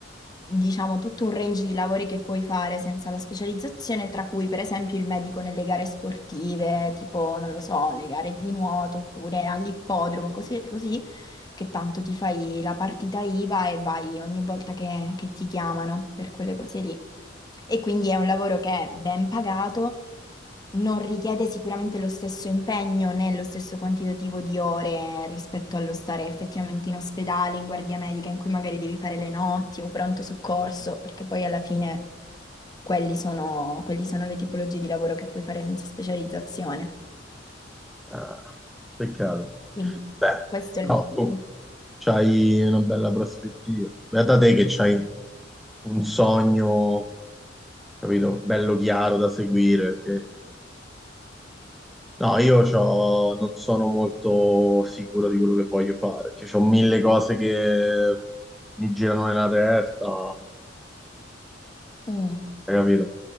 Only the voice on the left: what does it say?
diciamo, tutto un range di lavori che puoi fare senza la specializzazione, tra cui per esempio il medico nelle gare sportive, tipo, non lo so, le gare di nuoto oppure all'ippodromo, così, così, che tanto ti fai la partita IVA e vai ogni volta che, che ti chiamano per quelle cose lì. E quindi è un lavoro che è ben pagato non richiede sicuramente lo stesso impegno né lo stesso quantitativo di ore rispetto allo stare effettivamente in ospedale, in guardia medica, in cui magari devi fare le notti o pronto soccorso, perché poi alla fine quelli sono, quelli sono le tipologie di lavoro che puoi fare senza specializzazione.
Quindi
questo
è il motivo.
Mm,